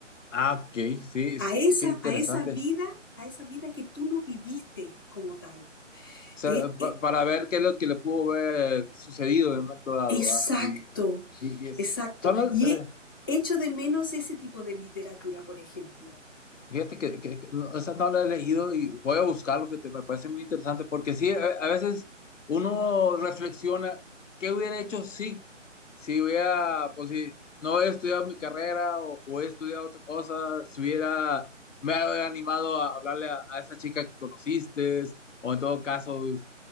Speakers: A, on the left; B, on the left.
A: Ah, ok, sí, es-
B: a
A: qué,
B: esa,
A: qué interesante.
B: a esa vida, a esa vida que tú no viviste como tal.
A: O sea,
B: Eh,
A: pa-
B: eh,
A: para ver qué es lo que le pudo haber sucedido en un momento dado,
B: exacto,
A: ¿va? Y, y- y es-
B: exacto.
A: son las-
B: Y
A: eh,
B: he- echo de menos ese tipo de literatura, por ejemplo.
A: Fíjate que, que- que no, esa no la he leído y voy a buscarlo, fíjate, me parece muy interesante, porque sí, a, a veces uno reflexiona, ¿qué hubiera hecho si? Si hubiera, pues si no he estudiado mi carrera o, o he estudiado otra cosa, si hubiera, me hubiera animado a hablarle a, a esa chica que conociste, o en todo caso, es